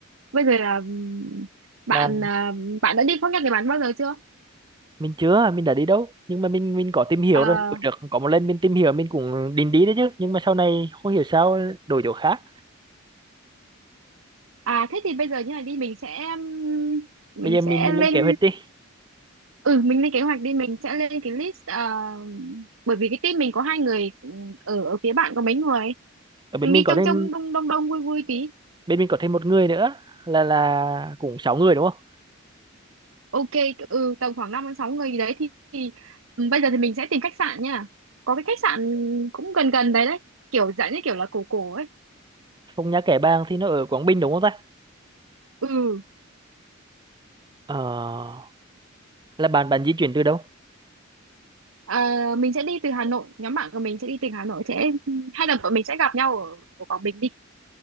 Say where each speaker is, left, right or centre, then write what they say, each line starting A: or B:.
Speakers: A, on the right; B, on the right.
A: bây giờ là ừm, bạn
B: là
A: à, bạn đã đi phong nhạc để bạn bao giờ chưa
B: mình chưa mình đã đi đâu nhưng mà mình mình có tìm hiểu
A: Ờ,
B: rồi bữa được có một lần mình tìm hiểu mình cũng định đi đấy chứ nhưng mà sau này không hiểu sao đổi chỗ khác
A: à thế thì bây giờ như này đi mình sẽ ừm, mình
B: bây giờ mình,
A: sẽ
B: mình
A: lên
B: lên kế hoạch đi
A: ừ mình lên kế hoạch đi mình sẽ lên cái list ờ, bởi vì cái team mình có hai người ừ, ở ở phía bạn có mấy người
B: ở bên
A: mình
B: mình
A: đi
B: có
A: trong
B: thêm
A: trong đông đông đông vui vui tí
B: bên mình có thêm một người nữa là là cũng sáu người đúng không
A: Ok, ừ, tầm khoảng 5 đến 6 người gì đấy thì, thì ừ, bây giờ thì mình sẽ tìm khách sạn nha. Có cái khách sạn cũng gần gần đấy đấy, kiểu dạng như kiểu là cổ cổ ấy.
B: Phong Nha Kẻ Bàng thì nó ở Quảng Bình đúng không ta
A: Ừ,
B: ờ, là bạn bạn di chuyển từ đâu
A: à, mình sẽ đi từ Hà Nội, nhóm bạn của mình sẽ đi từ Hà Nội sẽ hay là bọn mình sẽ gặp nhau ở, ở Quảng Bình đi.